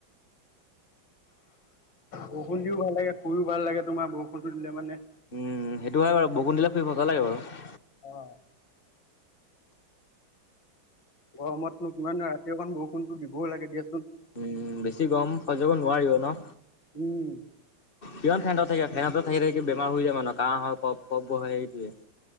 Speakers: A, on the left; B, on the left.
A: বৰষুণ দিওঁ ভাল লাগে শুইও ভাল লাগে, তোমাৰ বৰষুণটো দিলে মানে
B: উম, সেইটো হয় বাৰু, বৰষুণ দিলে শুই মজা লাগে বাৰু।
A: অ'। গৰমতনো কিমান আৰু ৰাতি অকণ বৰষুণতো দিবও লাগে দিয়াচোন।
B: উম, বেছি গৰম সহ্য কৰিব নোৱাৰিও ন।
A: উম।
B: কিমান ফেনত থাকিবা, ফেনৰ তলত থাকি- থাকি বেমাৰ হৈ যায় মানুহৰ কাঁহ হয়, কপ কফ বহে, সেইটোৱে।